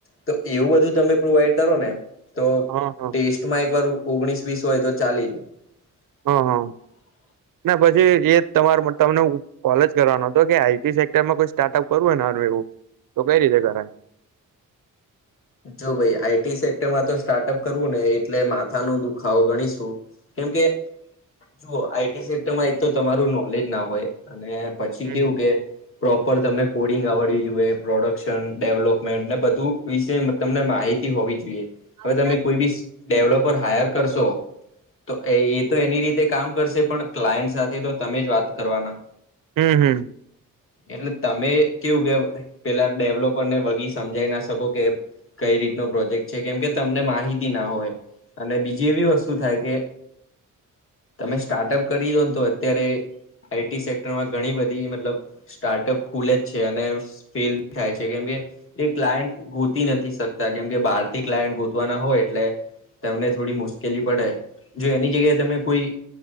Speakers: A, on the left; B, on the right.
A: તો એવું બધું તમે પ્રોવાઈડ કરો ને તો
B: હા હા
A: ટેસ્ટમાં એક વાર ઓગણીસ વીસ હોય તો ચાલી જાય <unintelligible>
B: હા હા ના પછી એ તમાર તમને કોલેજ કરવાનો હતો કે આઈટી સેક્ટરમાં કોઈ સ્ટાર્ટઅપ કરવું હોને આનું એવું તો કઈ રીતે કરાય
A: જો ભાઈ આઈટી સેક્ટરમાં તો કરવું ને એટલે માથા નો ગણીશું કેમકે જઓ આઈટી સેક્ટરમાં એક તો તમારું નોલેજ ના હોય અને પછી કેવું
B: હમ
A: કે પ્રોપર તમને કોડિંગ આવડવી જોઈએ પ્રોડક્શન ડેવલપમેન્ટ ને બધું વિશે તમને માહિતી હોવી જોઈએ
B: હમ
A: હવે તમે કોઈ બી ડેવલોપર હાયર કરશો તો એ એ તો એની રીતે કામ કરશે પણ ક્લાયન્ટ સાથે તો તમે જ વાત કરવાના
B: હમ્મ હમ્મ.
A: એટલે તમે કેવું કે પેલા ડેવલોપરને વગી સમજાઈ ના શકો કે કઈ રીતનો પ્રોજેક્ટ છે કેમ કે તમને માહિતી ના હોય. અને બીજી એવી વસ્તુ થાય કે તમે સ્ટાર્ટઅપ કરી દો ને તો અત્યારે આઈ ટી સેક્ટરમાં ઘણી બધી મતલબ સ્ટાર્ટઅપ ખુલે જ છે અને ફેલ બી થાય છે કેમ કે એ ક્લાયન્ટ હોતી નથી શકતા કેમ કે બહારથી ક્લાયન્ટ ગોતવાના હોય એટલે તમને થોડી મુશ્કેલી પડે, જો એની જગ્યાએ તમે કોઈ